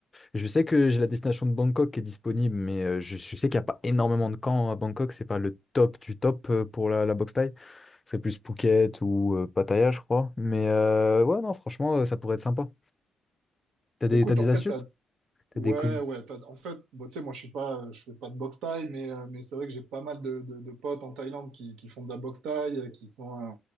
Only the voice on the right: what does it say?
Écoute,
en fait,
Ouais,
ouais. t'as- En fait, bah, tu sais, moi, je suis pas, euh, je fais pas de boxe thaï, mais, euh, mais c'est vrai que j'ai pas mal de, de, de potes en Thaïlande qui, qui font de la boxe thaï, euh, qui sont, euh,